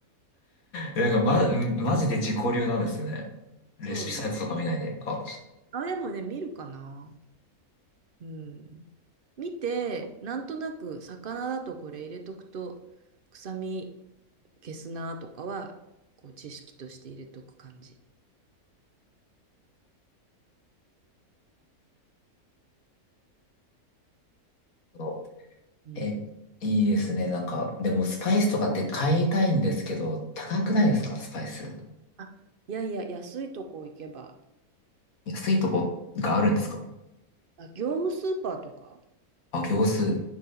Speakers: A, on the left; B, on the right.
A: なんか、ま、マジで自己流なんですね。レシピサイトとか見ないで。
B: そうですね。
A: あ、ちょっ
B: あ、でもね、見るかな。うん。見て、なんとなく魚だとこれ入れとくと、臭み消すなとかは、こう知識として入れとく感じ。
A: と、
B: うん。
A: え、いいですね。なんか、でもスパイスとかって買いたいんですけど、高くないですか、スパイス。
B: あ、いやいや、安いとこ行けば、
A: 安いとこがあるんですか
B: あ、業務スーパーとか
A: あ、行数。